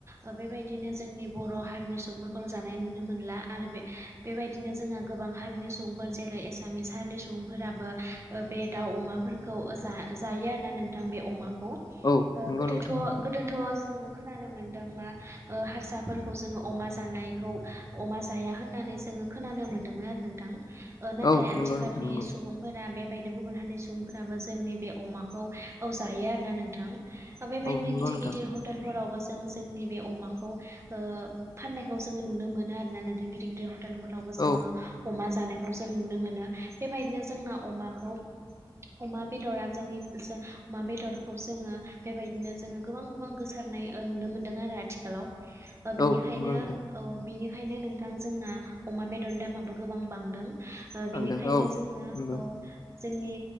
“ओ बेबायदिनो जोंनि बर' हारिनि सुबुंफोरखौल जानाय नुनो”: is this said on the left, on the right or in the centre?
Right